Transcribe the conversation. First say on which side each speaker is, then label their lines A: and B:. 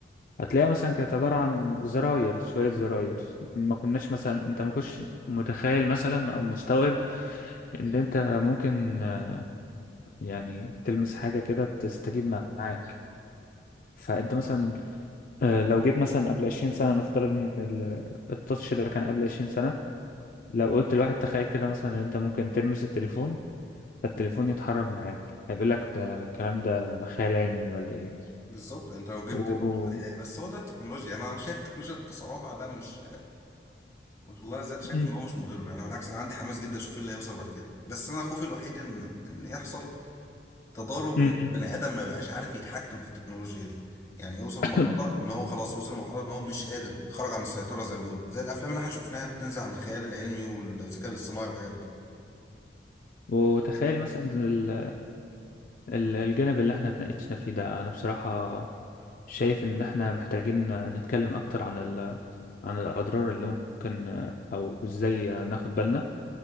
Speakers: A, on the left; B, on the left.
A: هتلاقيها مثلا كانت عبارة عن زراير شوية زراير ما كناش مثلا انت ما كنتش متخيل مثلا او مستوعب ان انت ممكن آه، يعني تلمس حاجة كده تستجيب معاك فانت مثلا آه، لو جيت مثلا قبل 20 سنة نفترض ان ال- التاتش ده كان قبل 20 سنة لو قلت لواحد تخيل كده مثلا ان انت ممكن تلمس التليفون فالتليفون يتحرك معاك هيقول لك ده الكلام ده خيال علمي ولا ايه
B: بالظبط انت لو جبت
A: و...
B: برضه يعني بس هو ده التكنولوجيا يعني انا شايف التكنولوجيا التصارع ده مش والله زياد شايف
A: مم.
B: ان هو مش مضر انا بالعكس انا عندي حماس جدا اشوف ايه اللي هيوصل بعد كده بس انا خوفي الوحيد ان ان يحصل تضارب
A: مم.
B: ان بني ادم ما يبقاش عارف يتحكم في التكنولوجيا دي يعني يوصل
A: <coughs>
B: لمرحلة ان هو خلاص وصل لمرحلة ان هو مش قادر خرج عن السيطرة زي ما بيقولوا زي الافلام اللي احنا شفناها اللي بتنزل عن الخيال العلمي والذكاء الاصطناعي والحاجات دي
A: وتخيل مثلا ال- ال- الجانب اللي احنا اتناقشنا فيه ده انا بصراحة شايف ان احنا محتاجين نتكلم اكتر عن ال... عن الاضرار اللي ممكن او ازاي ناخد بالنا